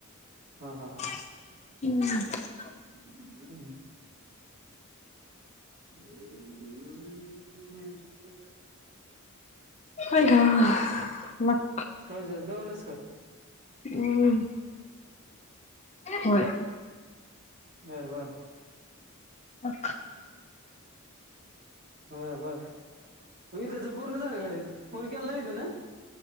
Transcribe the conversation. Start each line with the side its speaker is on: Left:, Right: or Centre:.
Right: हा हा हा.
Left: हम्.
Right: <unintelligible> हम <unintelligible> <inaudible>
Left: आई गं, मग
Right: काय झाल, दमलस का?
Left: ऊम. <unintelligible> होय.
Right: बर बर.
Left: अख.
Right: ब बरं विदया च पूर्ण झालं काय? फोन केला नाही ते ना